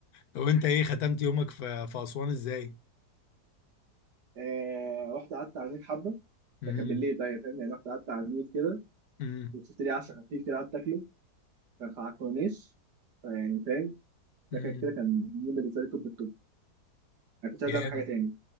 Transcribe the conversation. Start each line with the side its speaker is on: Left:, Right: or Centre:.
Left: طب انت ايه ختمت يومك في في اسوان ازاي
Right: آه، رحت قعدت على النيل حبه
Left: امم
Right: ده كان بالليل بقى يعني فاهم يعني رحت قعدت على النيل كده
Left: امم
Right: وشفت لي عشا خفيف كده قعدت اكله كان على الكورنيش فيعني فاهم ده
Left: امم
Right: كان كده كان يوم بالنسبه لي توب التوب انا كنت عايز
Left: جامد
Right: اعمل حاجه تاني